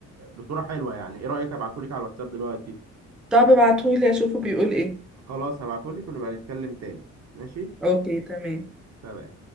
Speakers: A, on the right; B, in the centre.
A: بصوره حلوه يعني ايه رايك ابعتهولك على الواتساب دلوقتي
B: طب ابعتهولي أشوفه بيقول إيه
A: خلاص هبعتهولك ونبقى نتكلم تاني ماشي
B: أوكي تمام
A: سلام